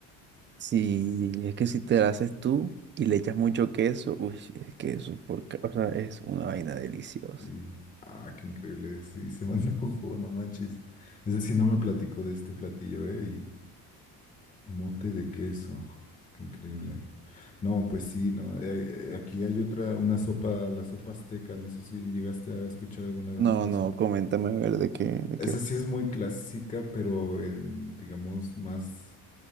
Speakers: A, on the left (about 20°); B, on the right (about 30°).
A: <laughs>
B: Sí, es que si te lo haces tú y le echas mucho queso, uy, es que eso por, ca- o sea, es una vaina deliciosa.
A: Sí. Ah, qué increíble. Sí, se me <laughs> antojó, no manches. Es decir, no me platicó de este platillo, ¿eh? Y mote de queso. Qué increíble. No, pues sí, no. eh, eh, aquí hay otra, una sopa, la sopa azteca. No sé si llegaste a escuchar alguna vez
B: No,
A: de la
B: no,
A: sopa.
B: coméntame a ver de qué, de
A: Esa
B: qué
A: sí es muy clásica, pero en, digamos más